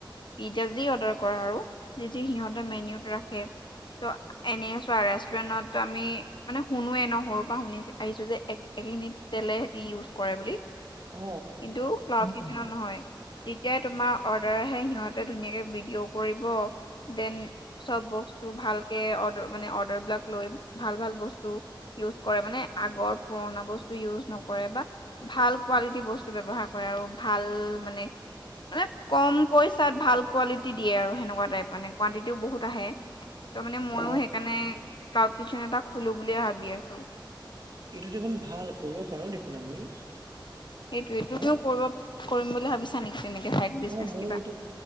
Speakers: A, on the left; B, on the right.
A: পিজ্জা যি অৰদাৰ কৰা আৰু যি যি সিহঁতে মেনুত ৰাখে। ত'এনে চোৱা ৰেচ আমি মানে শুনোৱে ন সৰুৰ পৰা শুনি, আহিছো যে একেখিনিত তেলে দি ইও কৰে বোলি
B: অ
A: কিন্ত ক্লাও নহয় যেতিয়াই তোমাৰ অৰ্ডাৰ আহে, সিহঁতে ধুনীয়াকে ভিডিঅ কৰিব। দেন চব বস্তু ভালকে অৰ্ডাৰ মানে, অৰ্ডাৰ বিলাক লৈ ভাল, ভাল বস্তু ইওজ কৰে মানে আগৰ পুৰণা বস্তু ইউজ নকৰে বা ভাল কোৱালিটিৰ বস্তু ব্যৱহাৰ কৰে আৰু ভাল মানে মানে কম পইচাত ভাল কোৱালিটি দিয়ে আৰু সেনেকুৱা টাইপ মানে কুৱানটিতিও বহুত আহে। ত মানে মইও
B: অ
A: সেইকাৰণে ক্লাউড কিতচেন এটা খুলো বুলিয়ে ভাবি আছো।
B: এইটো দেখোন ভাল, কৰিব পাৰো দেখোন আমি।
A: সেইটোৱে
B: ন
A: তুমিও কৰিব কৰিম বুলি ভাবিছা নেকি তেনেকে ছাইড বিজনেচ
B: অ ময়ো
A: কিবা।
B: এইটো